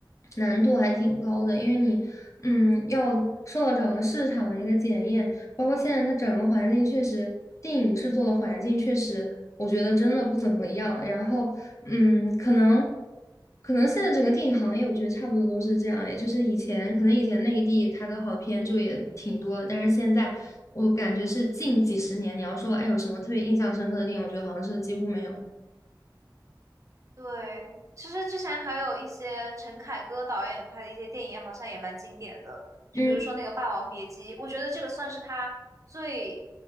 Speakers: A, on the left (about 40°); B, on the right (about 40°).
A: 难度还挺高的，因为你，嗯，要受到整个市场的一个检验，包括现在它整个环境确实，电影制作的环境确实，我觉得真的不怎么样。然后，嗯，可能，可能现在整个电影行业，我觉得差不多都是这样，也就是以前，可能以前内地它的好片就也挺多的，但是现在我感觉是近几十年，你要说，哎，有什么特别印象深刻的电影，我觉得好像是几乎没有。
B: 对，其实之前还有一些陈凯歌导演拍的一些电影，好像也蛮经典的，就比如说那个《霸王别姬》，
A: 嗯。
B: 我觉得这个算是他最